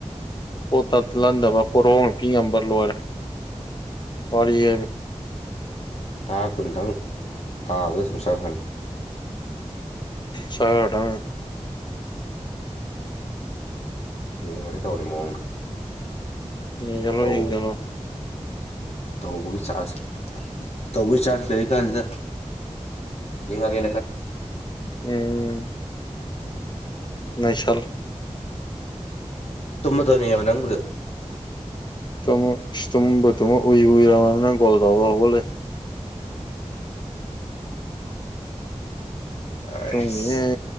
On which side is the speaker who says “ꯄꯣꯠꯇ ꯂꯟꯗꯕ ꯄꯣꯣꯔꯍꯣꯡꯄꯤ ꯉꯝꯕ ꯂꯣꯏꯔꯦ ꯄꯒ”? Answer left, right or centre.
Left